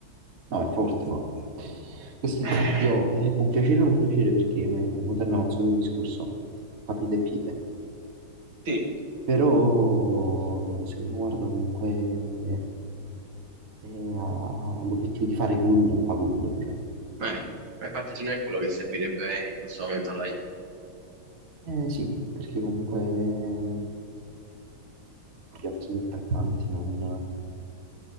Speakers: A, on the right (about 45°); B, on the right (about 75°).
A: no, è forte, ma questo
B: Eh,
A: esempio eh, può piacere o non piacere perché eh, moderno è il solito discorso, papite e piede,
B: sì, eh,
A: però se uno guarda comunque eh, ha l'obiettivo di fare gol, fa gol, cioè.
B: ma infatti se no è quello che servirebbe in questo momento alla Juve.
A: Eh sì, perché comunque ehm, gli altri attaccanti non,